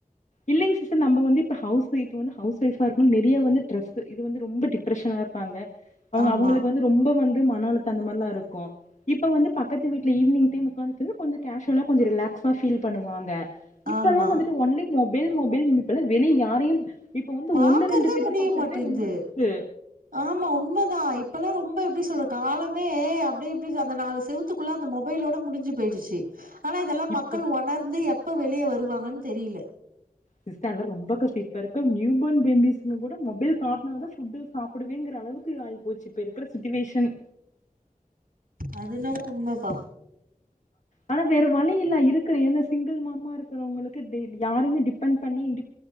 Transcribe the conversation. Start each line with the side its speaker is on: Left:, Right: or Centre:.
Left: இல்லைங்க சிஸ்டர் நம்ப வந்து இப்ப ஹவுஸ் ஒய்ஃப் வந்து ஹவுஸ் ஓய்ஃபா இருக்குனுன் நெறையா வந்து த்ரெஸ் இது வந்து ரொம்ப டிப் ரஸ்ஸனா இருப்பாங்க அவங்க
Right: ஆமா
Left: அவங்களுக்கு வந்து ரொம்ப வந்து மன அழுத்த அந்த மாரிலா இருக்கும் இப்ப இப்ப வந்து பக்கத்து வீட்ல ஈவினிங் டைம் உக்காந்துட்டு கொஞ்ச கேஷுவலா கொஞ்ச ரிலாக்ஸா ஃபீல் பண்ணுவாங்க இப்பல்லா
Right: ஆமா
Left: வந்துட்டு ஒன்லி மொபைல் மொபைல் இப்பல்லா வெளி யாரையு இப்ப வந்து
Right: பாக்கறதே
Left: ஒண்ணு ரெண்டு பேத்த
Right: முடிய
Left: பாக்குறதே
Right: மாட்டேன்து
Left: ரொம்ப ரிஸ்கு
Right: ஆமா உண்மதா இப்பல்லா ரொம்ப எப்டி சொல்ற காலமே அப்டே எப்டி அந்த நாலு செவு த்துக்குள்ள அந்த மொபைலோட முடிஞ்சி பேயிடுச்சு ஆனா இதெல்லா மக்கள்
Left: இப்ப
Right: ஒணர்ந்து எப்ப வெளிய வருவாங்கன்னு தெரியில
Left: சிஸ்டர் எல்லாம் ரொம்ப கஸ்டோ இப்பா இருக்க நியூபர்ன் பேபிஸ்க்கு கூட மொபைல் காட்னாதா ஃபுட்டு் சாப்பிடுவேங்குற அளவுக்கு ஆயி போச்சு இப்ப இருக்குற சிட்டுவேஷன்
Right: அது என்னவோ உண்மப்பா
Left: ஆனா வேற வழி இல்ல இருக்குற ஏன சிங்குள் மாம்மா இருக்குறவங்களுக்கு யாருமே டிப்பண்ட் பண்ணி இன்டி